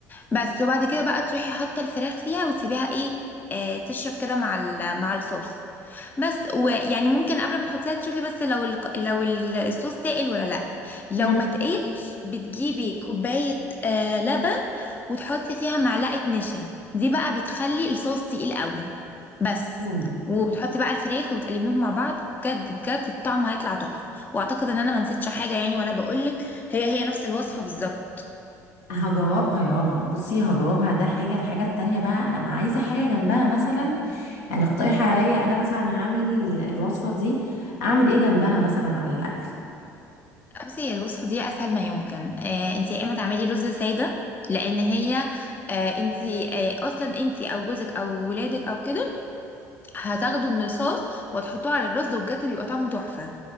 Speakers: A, on the left; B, on the left.
A: بس وبعد كده بقى تروحي حاطه الفراخ فيها وتسيبيها ايه آه تشرب كده مع ال- مع الصوص بس ويعني ممكن قبل ما تحطيها تشوفي بس لو ال... لو ال- الصوص تقل ولا لا لو
B: مم.
A: ما تقلش بتجيبي كوبايه آه لبن وتحطي فيها معلقه نشا دي بقى بتخلي الصوص تقيل قوي بس
B: أم،
A: وبتحطي بقى الفراخ وبتقلبيهم مع بعض بجد بجد الطعم هيطلع تحفه واعتقد ان انا ما نسيتش حاجه يعني وانا بقولك هي هي نفس الوصفه بالظبط
B: هجاوبها يلا بصي هجاوبها ده حاجة الحاجة التانية بقى أنا عايزة حاجة جنبها مثلا يعني اقترحي عليا أنا مثلا هعمل الوصفة دي أعمل إيه جنبها مثلا على الأكل
A: بصي هي الوصفة دي أسهل ما يمكن آه انتي يا إما تعملي رز سادة لأن هي آه انتي آه أصلا انتي أو جوزك أو ولادك أو كده هتاخدوا من الصوص وتحطوه على الرز وبجد بيبقى طعمه تحفة